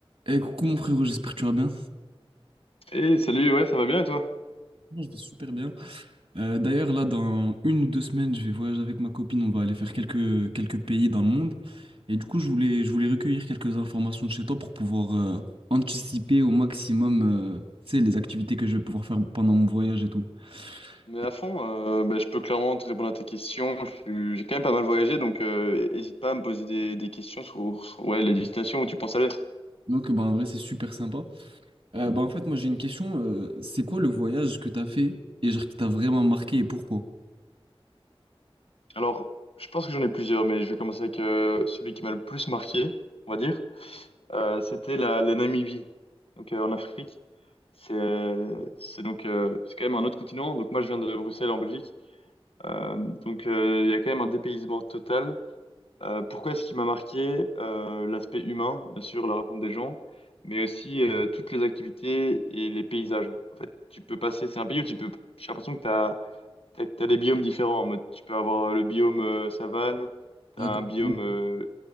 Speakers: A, on the right (about 70°); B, on the left (about 75°).
A: Eh, coucou mon frérot, j'espère que tu vas bien.
B: Hey, salut, ouais, ça va bien et toi?
A: Moi, je vais super bien. Euh, d'ailleurs, là, dans une ou deux semaines, je vais voyager avec ma copine. On va aller faire quelques, quelques pays dans le monde. Et du coup, je voulais, je voulais recueillir quelques informations de chez toi pour pouvoir euh, anticiper au maximum euh, tu sais, les activités que je vais pouvoir faire pendant mon voyage et tout.
B: Mais à
A: Et
B: fond, euh, bah, je peux clairement te répondre à tes questions. Je suis- J'ai quand même pas mal voyagé, donc euh, hésite pas à me poser des, des questions sur, sur, ouais, les destinations où tu penses aller.
A: Donc, bah, en vrai, c'est super sympa. Euh, bah, en fait, moi, j'ai une question. euh, c'est quoi le voyage que t'as fait et genre qui t'a vraiment marqué et pourquoi?
B: Alors, je pense que j'en ai plusieurs, mais je vais commencer avec euh, celui qui m'a le plus marqué, on va dire. Euh, c'était la, la Namibie, donc euh, en Afrique. C'est euh, c'est donc euh, c'est quand même un autre continent. Donc moi, je viens de Bruxelles en Belgique, Euh, donc euh, il y a quand même un dépaysement total. Euh, pourquoi est-ce qu'il m'a marqué? Euh, l'aspect humain, bien sûr, la rencontre des gens, mais aussi euh, toutes les activités et les paysages. En fait, tu peux passer, c'est un pays où tu peux, j'ai l'impression que tu as, t'as, t'as- t'as des biomes différents. En mode, tu peux avoir euh, le biome euh, savane, tu
A: Raconte.
B: as un biome euh,